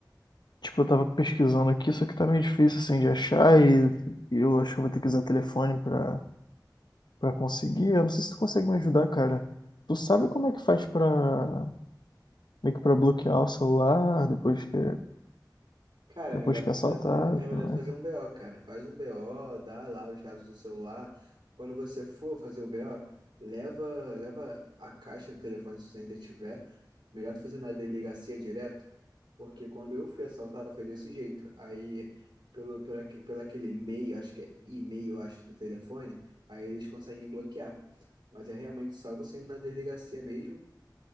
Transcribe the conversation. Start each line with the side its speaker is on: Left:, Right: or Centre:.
Left: tipo, eu tava pesquisando aqui, só que tá meio difícil assim de achar e, e eu acho que eu vou ter que usar telefone pra Pra conseguir, eu não sei se tu consegue me ajudar, cara. Tu sabe como é que faz pra, meio que pra bloquear o celular depois que,
Right: Cara,
Left: depois
Right: é melhor
Left: que
Right: tu
Left: é assaltado,
Right: fazer, é
Left: e
Right: melhor
Left: tudo
Right: tu
Left: mais?
Right: fazer um BO, cara. Faz um BO, dá lá os dados do celular. Quando você for fazer o BO, leva, leva a caixa do telefone se você ainda tiver. Melhor tu fazer na delegacia direto, porque quando eu fui assaltado foi desse jeito. Aí, pelo, pelo, aque- pelo aquele e-mail, acho que é e-mail, acho, do telefone, aí eles conseguem bloquear. Mas é realmente só você ir na delegacia mesmo